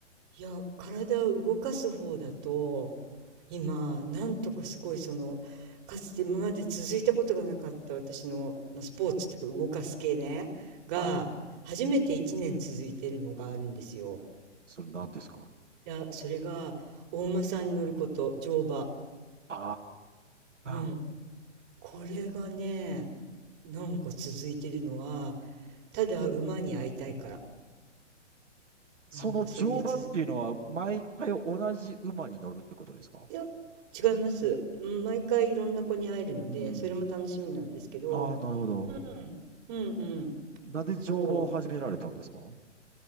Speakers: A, on the right (about 35°); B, on the right (about 90°).
A: いや、体を動かす方だと、今、なんとかすごいその、かつて今まで続いたことがなかった私の、まあ、スポーツっていうか動かす系ね、が、
B: はい。
A: 初めて1年続いてるのがあるんですよ。
B: それ何ですか
A: いや、それが、お馬さんに乗ること、乗馬。
B: あ
A: うん。
B: あー
A: これがね、なんか続いてるのは、ただ馬に会いたいから。
B: その乗馬っていうのは、
A: なんかそれでつ
B: 毎回同じ馬に乗るってことですか
A: いや、違います。うん毎回いろんな子に会えるので、
B: うん。
A: それも楽しみなんですけど、
B: ああ、なるほど。
A: うん。うんうん、
B: なぜ乗馬を始められたんですか
A: そう。